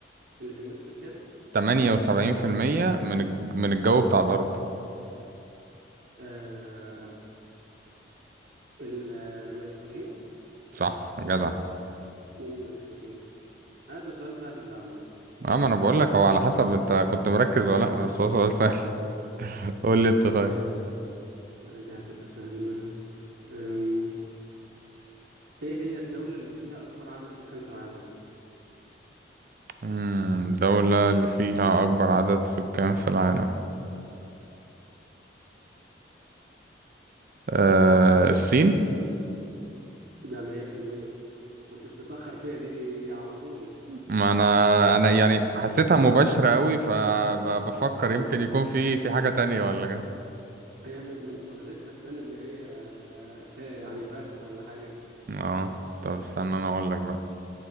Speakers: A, on the right; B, on the right.
A: اللي بيمثل كام
B: تمانية وسبعين في المية من الج- من الجو بتاع الأرض
A: آه النيتروجين
B: صح جدع
A: مم، نيتروجين آه ده سؤال سهل ده يا عم جو
B: اما انا بقول لك هو على حسب انت كنت مركز ولا لا بس هو سؤال سهل <laughs> قول لي انت
A: طب
B: طيب
A: ايه لا، دي هتبقى سهلة أم، ايه هي الدولة اللي فيها اكبر عدد سكان في العالم
B: امم دولة اللي فيها اكبر عدد سكان في العالم أه الصين
A: ده 100% كنتش تتأخر فيها دي دي على طول
B: ما انا انا يعني حسيتها مباشرة قوي فبفكر
A: <laughs> أهو.
B: يمكن يكون في في حاجة تانية ولا كده
A: هي من من سهولتها تبان ان هي آه، ت- يعني فخ ولا حاجة
B: اه طب استنى انا اقول لك بقى